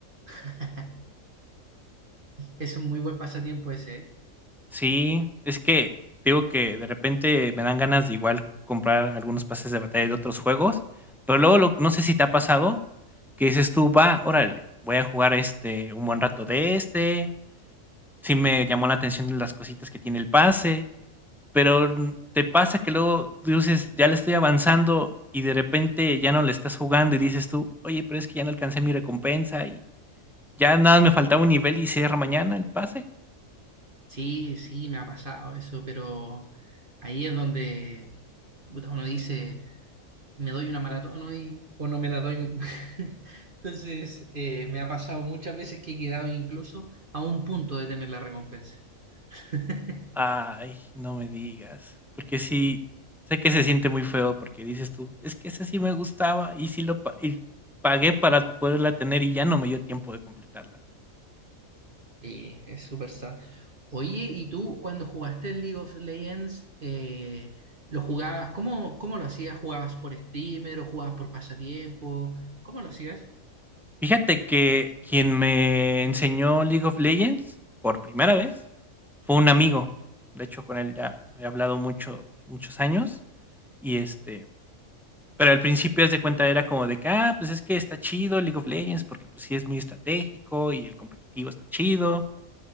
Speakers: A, on the right; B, in the centre.
A: <laughs> Es un muy buen pasatiempo ese. ¿eh?
B: Sí, es que digo que de repente me dan ganas de igual comprar algunos pases de batalla de otros juegos, pero luego lo- no sé si te ha pasado que dices tú, va, órale, voy a jugar este un buen rato de este, si me llamó la atención las cositas que tiene el pase pero mm, te pasa que luego dices, ya le estoy avanzando y de repente ya no le estás jugando y dices tú, oye, pero es que ya no alcancé mi recompensa y ya nada más me faltaba un nivel y cierra mañana el pase.
A: Sí, sí, me ha pasado eso, pero ahí es donde puta, uno dice, me doy una maratón hoy o no me la doy. <laughs> Entonces, eh, me ha pasado muchas veces que he quedado incluso a un punto de tener la recompensa. <laughs>
B: Ay, no me digas, porque sí, sé que se siente muy feo porque dices tú, es que ese sí me gustaba y sí lo pa- y pagué para poderla tener y ya no me dio tiempo de completarla.
A: Sí, es súper sad. Oye, ¿y tú cuando jugaste el League of Legends, eh, lo jugabas? ¿Cómo, cómo lo hacías? ¿Jugabas por streamer o jugabas por pasatiempo? ¿Cómo lo hacías?
B: Fíjate que quien me enseñó League of Legends por primera vez fue un amigo. De hecho, con él ya he hablado mucho, muchos años. Y este, pero al principio, haz de cuenta, era como de que, ah, pues es que está chido League of Legends porque pues sí es muy estratégico y el competitivo está chido.